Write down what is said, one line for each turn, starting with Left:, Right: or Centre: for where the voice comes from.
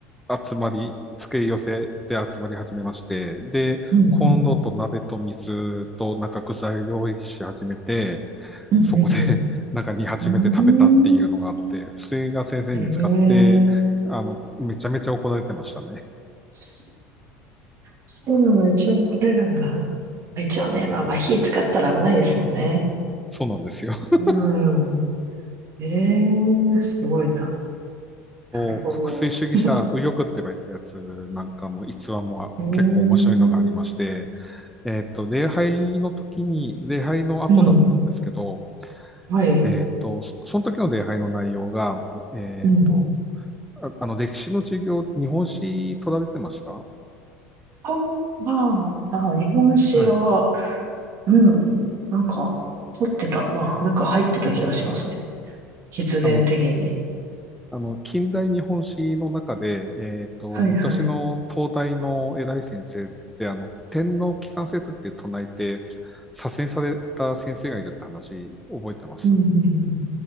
Centre: う、集まり、付け寄せで集まり始めまして、で、
Right: うんうんうん。
Centre: コンロと鍋と水となんか具材を用意し始めて、
Right: うんうん
Centre: そこで <laughs> なんか煮始
Right: うん。
Centre: <laughs> めて食べたっていうのがあって、
Right: うーん
Centre: それが先生に見つかって、
Right: へえ。
Centre: あの、めちゃめちゃ怒られてましたね。
Right: そそういうのが一応取れるんだ。一応ね、まあまあ火使ったら危ないですもんね。
Centre: <laughs> そうなんですよ。<laughs>
Right: うん。ええ、すごいな。なるほど。
Centre: と国粋主義者、
Right: <laughs>
Centre: 右翼って言われてたやつなんかも逸話も結構面白いのがありまして、
Right: ええ、うん、
Centre: えっと、礼拝の時に、礼拝の後だったんですけど、
Right: うん。はい。
Centre: えっと、そその時の礼拝の内容が、えっと、
Right: うん。
Centre: ああの、歴史の授業、日本史取られてました
Right: あ、まあ、まあ、日本酒は、
Centre: はい。
Right: うん。なんか、取ってた。まあ、なんか入ってた気がしますね。必然的に。
Centre: あの、あの、近代日本史の中で、えっと、
Right: はいはい。
Centre: 昔の東大の偉い先生で、あの、天皇機関説って唱えて、左遷された先生がいるって話、覚えてます
Right: うんうんうん